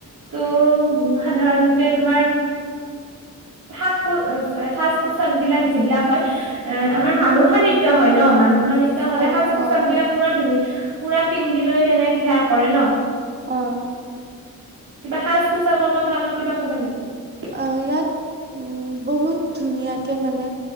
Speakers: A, on the right (about 85°); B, on the right (about 30°).
A: টো উ সাধাৰণ তোমাৰ সাক চ সাজ পোচাক বিলাক যিবিলাক হয় এ আমাৰ মানুহৰ নৃত্য হয় ন মানুহৰ নৃত্য। তেতিয়াহ'লে
B: অ
A: সাজ পোচাক
B: অ
A: বিলাক
B: অ
A: পুৰা ধুনীয়া। পুৰা পিন্ধি লৈ সেনেকে সেয়া কৰে ন।
B: অ।
A: কিবা সাচ -পোছাকৰ কথা অলপ কিবা ক'বা নেকি? কি
B: আহ ইয়াত উম বহুত ধুনীয়াকে মানে